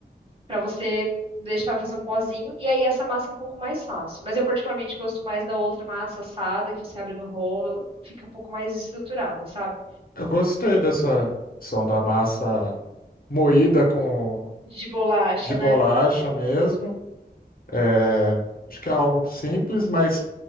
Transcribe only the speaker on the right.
para você deixar fazer um pozinho. E aí essa massa é um pouco mais fácil. Mas eu particularmente gosto mais da outra massa assada, que você abre no rolo, ela fica um pouco mais estruturada, sabe?
De bolacha,
né?